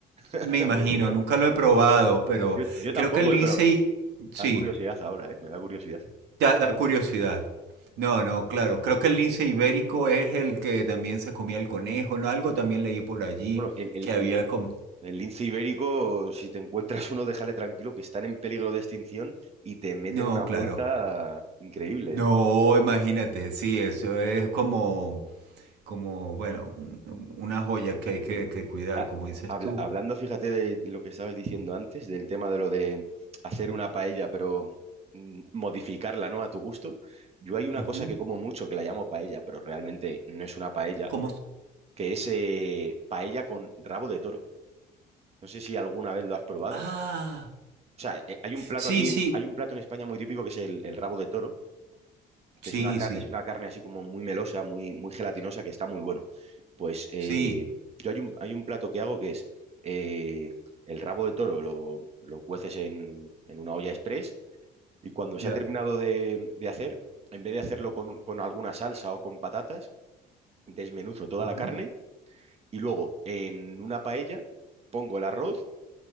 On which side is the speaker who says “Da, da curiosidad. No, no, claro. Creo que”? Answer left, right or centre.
Right